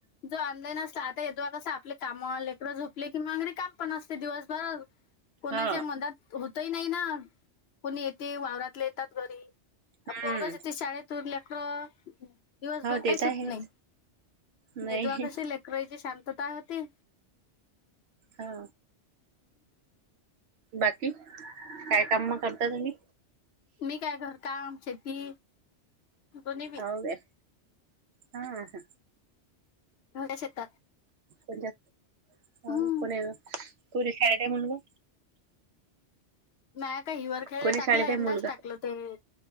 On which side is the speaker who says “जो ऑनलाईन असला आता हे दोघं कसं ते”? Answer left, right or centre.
Left